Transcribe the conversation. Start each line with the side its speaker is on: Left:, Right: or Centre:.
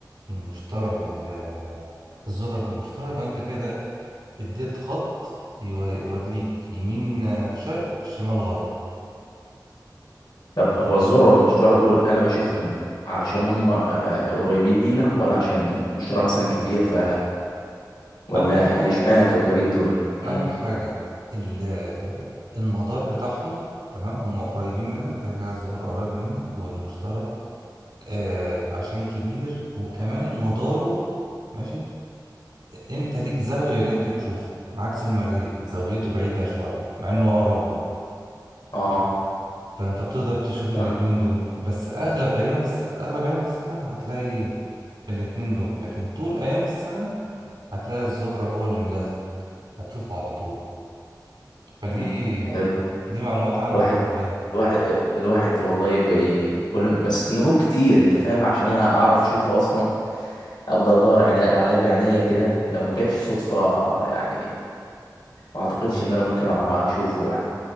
Right: المشترى بال الزهرة بالمشترى يبقى انت كده اديت خط يو- يوريك يمين آه، شرق شمال غرب
Left: طب
Right: فدي
Left: هو الذرة والمشتري دول أنا بشوفهم علشان هم آه، قريبين لينا ولا عشان المشتري مثلا كبير ف ولا
Right: اول حاجة
Left: ليه اشمعنى الكوكبين دول؟ مم.
Right: اول حاجة ال- آه، المدار بتاعهم تمام هم قريبين منك كده كده الزهر قريب منك والمشترى آه عشان كبير وكمان مداره ماشي انت ليك زاوية ان انت تشوفه عكس المريخ زاويته بعيدة شوية مع انه اقرب لك
Left: اه
Right: فانت بتقدر تشوف الاتنين
Left: فاهم
Right: دول بس اغلب ايام الس... اغلب ايام السنة هتلاقي الاتنين دول لكن طول ايام السنة هتلاقي الزهرة هو اللي ملازمة هتشوفه على طول فدي
Left: مم. حلو
Right: دي معلومات عامة
Left: الواحد
Right: دي خد بالك
Left: الواحد الواحد والله بي... كل ما- بس النجوم كتير انت فاهم عشان انا اعرف اشوفه اصلا افضل ادور عليه عليه بعناية كده لو ما جاتش صدفة يعني ما اعتقدش
Right: اه
Left: ان انا ممكن اشوفه يعني